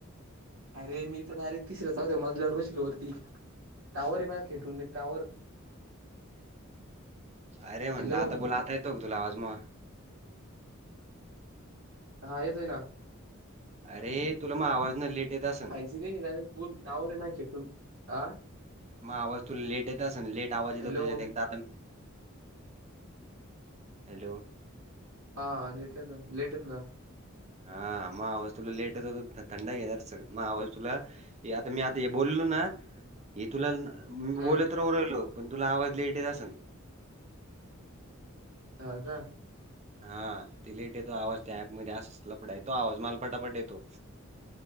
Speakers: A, on the right; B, on the right.
A: अरे मी तर डायरेक्ट तिसऱ्या चौद्या मजल्यावर बसले वरती टावर ये मा खेतून टावर
B: अरे म्हणलं
A: हॅलो
B: आता बोल आता येतो का तुला आवाज मग
A: हा येतोय ना
B: अरे तुला मग आवाज न लेट येत असन
A: तुम्ही दिलेल फूल टावरे नाहीतून आ
B: मा आवाज तूला लेट येतस ना लेट आवाज येतो
A: हॅलो
B: त्याच्यात एकदा आ <unintelligible> हॅलो
A: हा लेट येत लेटना
B: हा मा आवाज तुला लेट येतो थंड घे जरासं मग आवाज तुला हे आता मी आता हे बोललो ना हे तुला मी
A: हम्म
B: बोल राहू राहीलो पण तुला आवाज लेट येत असन
A: हा का
B: हा ते लेट येतो आवाज त्या ऍपमध्ये असच लपड आहे तो आवाज मला पटापट येतो